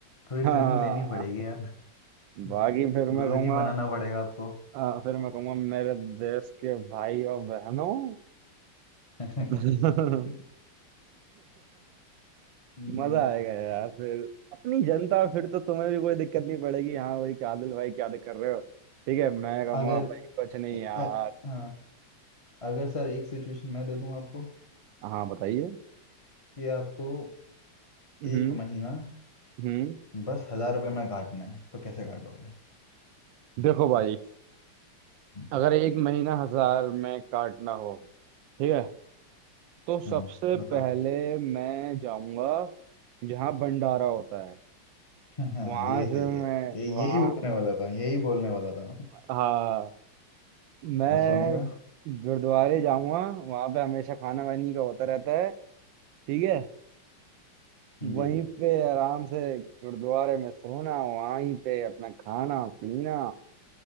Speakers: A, on the left; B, on the right.
A: थोड़ी
B: हाँ
A: ट्रेनिंग लेनी पड़ेगी यार <laughs>
B: बाकी फिर
A: गुरुजी
B: मैं कहूंगा
A: बनाना पड़ेगा आपको
B: हाँ, फिर मैं कहूंगा मेरे देश के भाई और बहनों
A: <laughs>
B: <laughs>
A: हम्म,
B: मजा आएगा यार फिर अपनी जनता फिर तो तुम्हें भी कोई दिक्कत नहीं पड़ेगी हाँ भाई क्या आदिल भाई क्या कर रहे हो ठीक है मैं कहूंगा
A: अगर
B: भाई कुछ नहीं
A: अ-
B: यार
A: अ- हाँ अगर सर एक सिचुएशन मैं दे दूं आपको
B: हाँ बताइए
A: कि आपको
B: हम्म
A: एक महीना
B: हम्म
A: बस हजार रुपये में काटना है तो कैसे काटोगे
B: देखो भाई
A: हम्म
B: अगर एक महीना हजार में काटना हो ठीक है तो
A: हम्म,
B: सबसे
A: बताओ
B: पहले मैं जाऊंगा जहाँ भंडारा होता है
A: <laughs> हाँ
B: वहां
A: ये
B: से
A: सही है
B: मैं
A: ये यही
B: वहाँ
A: बोलने वाला था यही बोलने वाला था मैं।
B: हाँ मैं
A: और सोने का
B: गुरुद्वारे जाऊंगा वहां पे हमेशा खाना वानी का होता रहता है ठीक है
A: जी
B: वहीं पे आराम से गुरुद्वारे में सोना वहीं पे अपना खाना पीना